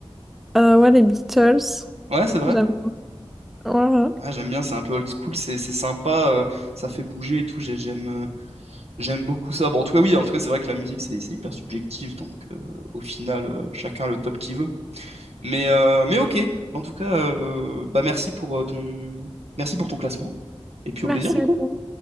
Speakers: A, in the centre; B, on the right.
A: hein. Euh, ouais, les Beatles.
B: Ouais, c'est vrai.
A: J'aime. Voilà.
B: Ah, j'aime bien, c'est un peu old school, c'est c'est sympa, euh, ça fait bouger et tout, j'ai- j'aime euh, j'aime beaucoup ça. Bon, en tout cas, oui, en tout cas, c'est vrai que la musique, c'est c'est hyper subjectif, donc euh, au final, euh, chacun a le top qu'il veut. Mais, euh, mais ok, en tout cas, euh, bah merci pour euh, ton merci pour ton classement, et puis au
A: Merci.
B: plaisir du coup.